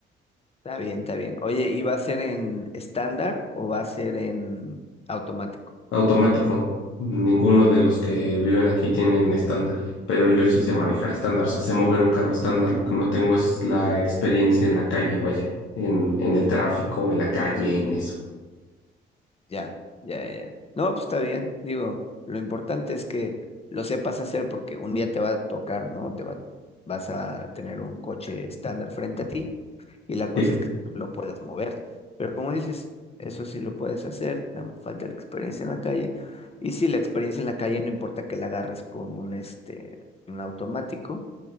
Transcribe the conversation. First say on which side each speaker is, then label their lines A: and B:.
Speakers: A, on the left; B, on the left.
A: Está bien, está bien. Oye, ¿y va a ser en estándar o va a ser en automático?
B: automático. Ninguno de los que viven aquí tienen estándar, pero yo sí sé manejar estándar, o sea, sé mover un carro estándar. Lo que no tengo es la experiencia en la calle, vaya, en, en el tráfico, en la calle, en eso.
A: Ya, ya, ya. ya. No, pues está bien. Digo, lo importante es que lo sepas hacer porque un día te va a tocar, ¿no? Te va, vas a tener un coche estándar frente a ti y la cosa
B: Sí,
A: es que tú lo puedas mover. Pero como dices, eso sí lo puedes hacer, nada más falta la experiencia en la calle. Y sí, la experiencia en la calle no importa que la agarres con un, este, un automático,